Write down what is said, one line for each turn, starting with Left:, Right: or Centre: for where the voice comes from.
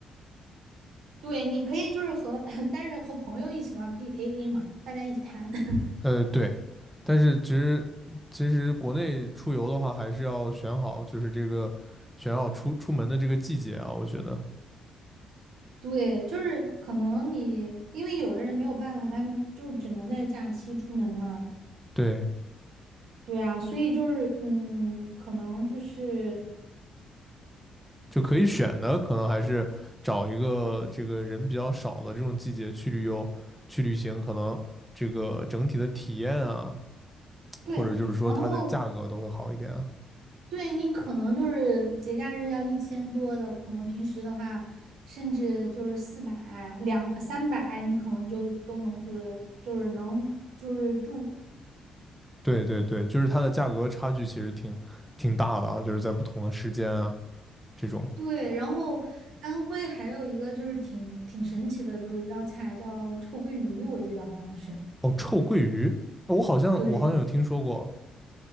Right: 对，你可以就是和，<laughs> 但是和朋友一起玩可以 A A 嘛，大家一起摊。<laughs>
Centre: 呃，对，但是其实其实国内出游的话，还是要选好，就是这个选好出出门的这个季节啊，我觉得
Right: 对，就是可能你因为有的人没有办法，他们就只能在假期出门嘛。
Centre: 对，
Right: 对啊，所以就是嗯，可能就是
Centre: 就可以选的，可能还是找一个这个人比较少的这种季节去旅游去旅行，可能这个整体的体验啊，
Right: 对，
Centre: 或者就是说它的价格都会好一点啊。
Right: 然后对你可能就是节假日要一千多的，可能平时的话甚至就是四百、两三百，你可能就都能住的，就是能就是住
Centre: 对对对，就是它的价格差距其实挺挺大的啊，就是在不同的时间啊这种。
Right: 这对，种然后安徽还有一个就是挺挺神奇的，就是一道菜叫臭鳜鱼，我记得好像是。
Centre: 哦，臭鳜鱼，我好像我好像有听说过
Right: 对，